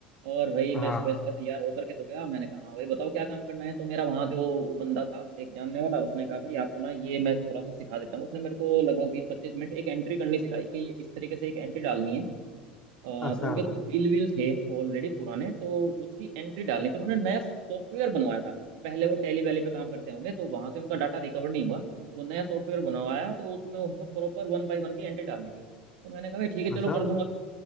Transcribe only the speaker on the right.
और भाई
मैं सुबह सुबह तैयार होकर के तो गया मैंने कहा हाँ भाई बताओ क्या काम करना है तो मेरा वहाँ जो वो बंदा था एक जानने वाला उसने कहा भाई आपको ना ये मैं थोड़ा सा सिखा देता हूँ उसने मेरे को लगभग बीस पच्चीस मिनट एक एंट्री करनी सिखाई कि ये इस तरीके से एक एंट्री डालनी है अ, तो
उनके तो बिल विल थे ऑलरेडी पुराने तो उसकी एंट्री डालनी तो उन्होंने नया सॉफ्टवेयर बनवाया था पहले वो टैली वैली पे काम करते होंगे तो वहां से उनका डाटा रिकवर नहीं हुआ तो नया सॉफ्टवेयर बनवाया तो उसमें उनको प्रॉपर वन बाई वन की एंट्री डालनी थी तो मैंने कहा भाई ठीक है चलो
कर दूंगा